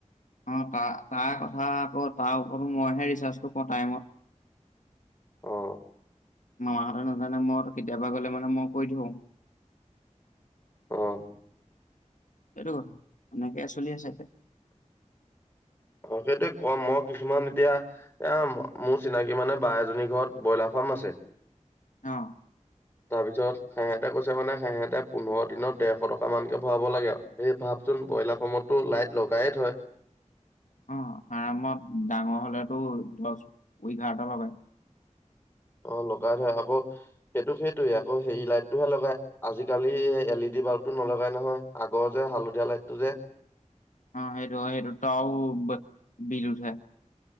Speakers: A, on the left; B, on the left.
A: অ তাৰ তাৰ কথা আগত তাৰ মই হেৰি চাইছো ক টাইমত
B: অ
A: মামাহতে নাজানে মোৰ কেতিয়াবা গলে মানে মই কৈ থওঁ।
B: আহ
A: সেইটো কথা এনেকে চলি আছে।
B: অ সেইটোয়ে কম মই কিছুমান এতিয়া এ মোৰ চিনাকি মানে বা এজনী ঘৰত ব্ৰইলাৰ ফ আছে
A: এতিয়া অ
B: তাৰপিছত সিহঁতে কৈছে মানে সেহেঁতে পোন্ধৰ দিনৰ দেৰশ টকা মানকে ভৰাব লাগে আৰু স ভাৱ <unintelligible> চোন ব্ৰইলাৰ ফামতো লাইট লগাই থয়। <unintelligible>
A: অ আৰামত ডাঙৰ হলেতো দহ এঘাৰটা লগে <unintelligible>
B: অ লগাই থয় আকৌ সেইটো সেইটোৱে আকৌ হেৰি লাইটটোহে লগাই আজিকালি এল ই ডি <unintelligible> বাল্বটো নলগাই নহয় আগৰ যে হালধীয়া লাইটটো যে
A: অ সেইটো সেইটো তও বিল উঠে।